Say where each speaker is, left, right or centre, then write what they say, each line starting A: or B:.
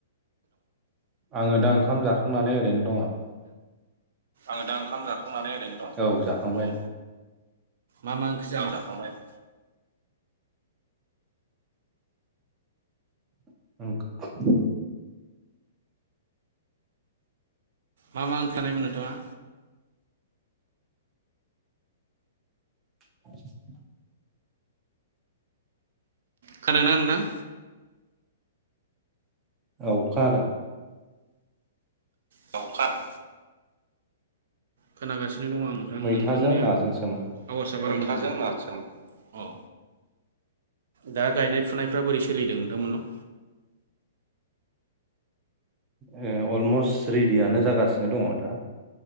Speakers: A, on the right (about 25°); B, on the right (about 70°).
A: आंङो दा ओंखाम जाखांनानै ओरैनो दंङ।
B: आंङो दा ओंखाम जा खांनानै ओरैनो दं।
A: औ जाखांबाय
B: मा मा ओंख्रि औ जाखांबाय औ।
A: <unintelligible>
B: मा मा ओंख्रि जानायमोन नोंथांआ?
A: <unintelligible>
B: खोनादों ना नोंथां?
A: औ खाानादों।
B: गावखार खोनागासि दं आं नोंथां
A: मैथाजों
B: नोंथांनि
A: नाजोंसोमोन
B: आवास औ दा गायनाय फुनायफ्रा बोरै सोलिदों नोंथांमोननाव?
A: ओ अलमस रेदियानो जागासिनो दंङ दा